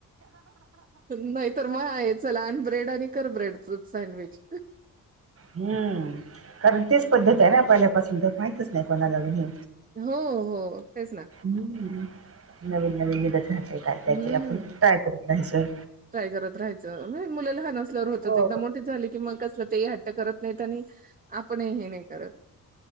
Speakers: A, on the right; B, on the right.
A: नाही तर म आहे चल आण ब्रेड आणि कर ब्रेडच सँडविच.
B: हम्म कारण तेच पद्धत आहे ना पहिल्यापासून तर माहितीच नाही कोणाला बी हम्म.
A: हो हो तेच ना.
B: हम्म नवीन नवीन निघत राहतं काय-काय
A: हम्म.
B: ते आपण ट्राय करत राहायचं.
A: ट्राय करत राहायचं म मुला लहान असल्यावर होतच
B: हो.
A: एकदा मो ठी झाली कि मग कसलं ते हट्ट करत नाहीत आणि आपण ही हे नाही करत